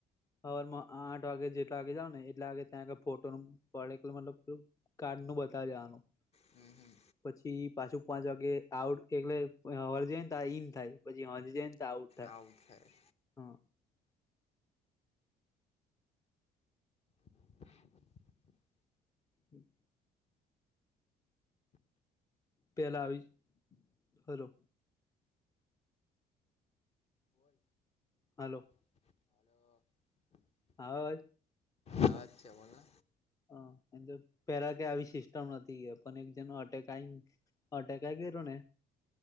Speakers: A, on the left; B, on the left.
A: હર આઠ વાગે, જેટલા વાગે જાાવ ને, એટલા વાગે ત્યાં ફોટો નું પડેલું મતલબ. કાર્ડ નું બતાવી દેવાનું
B: હમ હમ
A: પછી પાછું પાંચ વાગે આઉટ એટલે ર્જેન તા ઈન થાય પછી હ જ તે આઉટ થાય
B: આવું થાય
A: હા
B: <inaudible>
A: હમ પહેલાં આવી હલો
B: હોલ
A: હાલો
B: અ
A: આવે અવાજ
B: આવેજ છે બોલને
A: હ એમ તો પેલા કઈ આવી સિસ્ટમ નથી પણ એક જનો અટેક આઈ અટેક આઈ ગેલુ ને